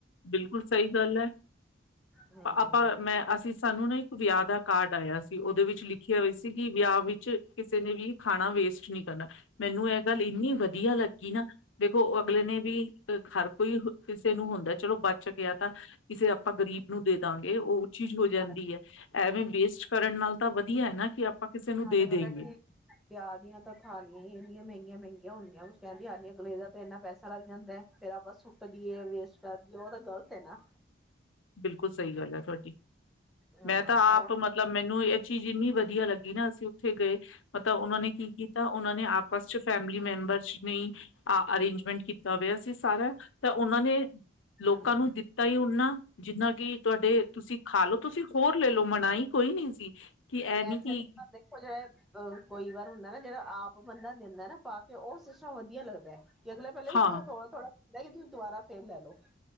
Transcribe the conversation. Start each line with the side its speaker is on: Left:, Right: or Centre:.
Left: ਬਿਲਕੁਲ ਸਹੀ ਗੱਲ ਹੈ।
Centre: ਹਮ
Left: ਆਪਾ - ਮੈਂ -ਅਸੀ -ਸਾਨੂੰ ਨਾ ਇੱਕ ਵਿਆਹ ਦਾ ਕਾਰਡ ਆਇਆ ਸੀ। ਉਹਦੇ ਵਿੱਚ ਲਿਖੀਆਂ ਹੋਈਆਂ ਸੀ ਕਿ ਵਿਆਹ ਵਿੱਚ ਕਿਸੇ ਨੇ ਵੀ ਖਾਣਾ ਵੇਸਟ ਨਹੀਂ ਕਰਨਾ ਮੈਨੂੰ ਇਹ ਗੱਲ ਇੰਨੀ ਵਧੀਆ ਲੱਗੀ ਨਾ। ਦੇਖੋ ਉਹ ਅਗਲੇ ਨੇ ਵੀ ਹਰ ਕੋਈ ਕਿਸੇ ਨੂੰ ਹੁੰਦਾ ਚਲੋ ਬਚ ਗਿਆ ਤਾਂ ਕਿਸੇ ਆਪਾਂ ਗ਼ਰੀਬ ਨੂੰ ਦੇਦਾਗੇ ਚੀਜ਼ ਹੋ ਜਾਂਦੀ
Centre: ਹਾਂਜੀ
Left: ਹੈ ਐਵੇਂ ਵੇਸਟ ਕਰਨ ਨਾਲ ਤਾਂ ਵਧੀਆ ਹੈ ਨਾ ਕਿ ਆਪਾਂ ਕਿਸੇ ਨੂੰ
Centre: ਨਾਲੇ
Left: ਦੇ
Centre: ਪਤਾ
Left: ਦੇਈਏ
Centre: ਕੀ ਵਿਆਹ ਦੀਆਂ ਤਾਂ ਥਾਲੀਆਂ ਹੀ ਇੰਨੀਆਂ ਮਹਿੰਗੀਆਂ ਮਹਿੰਗੀਆਂ ਹੁੰਦੀਆਂ ਕੁਛ ਕਹਿੰਣ ਦੀ ਹੱਦ ਨੀ। ਅਗਲੇ ਦਾ ਤੇ ਇੰਨਾ ਪੈਸਾ ਲੱਗ ਜਾਂਦਾ, ਫੇਰ ਆਪਾਂ ਸੁੱਟਦੀਏ ਵੇਸਟ ਕਰਦੀਏ ਉਹ ਤਾਂ ਗ਼ਲਤ ਹੈ ਨਾ।
Left: ਬਿਲਕੁਲ ਸਹੀ ਗੱਲ ਹੈ ਤੁਹਾਡੀ।
Centre: ਹਾਂ
Left: ਮੈਂ ਤਾਂ
Centre: ਉਹ
Left: ਆਪ ਮਤਲਬ ਮੈਨੂੰ ਇੱਕ ਚੀਜ਼ ਇੰਨੀ ਵਧੀਆ ਲੱਗੀ ਨਾ ਅਸੀਂ ਉੱਥੇ ਗਏ ਮਤਲਬ ਉਹਨਾਂ ਨੇ ਕੀ ਕੀਤਾ ਉਹਨਾਂ ਨੇ ਆਪਸ ਚ, ਫੈਮਿਲੀ ਮੈਂਬਰ ਨੇ ਅਰੇਂਜਮੈਂਟ ਕੀਤੀ ਤਾਂ ਵੀ ਸੀ ਸਾਰਾ ਤੇ ਉਹਨਾਂ ਨੇ ਲੋਕਾਂ
Centre: ਹਮ
Left: ਨੂੰ ਦਿੱਤਾ ਹੀ ਉਹਨਾਂ ਜਕਿ ਤੁਸੀਂ ਖਾ ਲੋ ਤੁਸੀਂ ਹੋਰ ਲੈ ਲਓ ਮਨਾਹੀ ਕੋਈ ਨੀ ਸੀ! ਕਿ ਇਹ
Centre: ਵੈਸੇ
Left: ਨੀ ਕਿ
Centre: ਤਾਂ ਦੇਖੋ ਜਿਹੜੇ ਆ ਕੋਈ ਵਾਰ ਹੁੰਦਾ ਨਾ ਜਿਹੜਾ ਆਪ ਬੰਦਾ ਦਿੰਦਾ ਨਾ ਪਾ ਕੇ ਉਹ ਸਿਸਟਮ ਵਧੀਆ ਲੱਗਦਾ ਅਗਲੇ ਪਹਿਲੇ ਹੀ
Left: ਹਾਂ
Centre: ਥੋੜਾ- ਥੋੜਾ ਬਈ ਤੁਸੀਂ ਦੁਬਾਰਾ ਫੇਰ ਲੈ ਲਓ।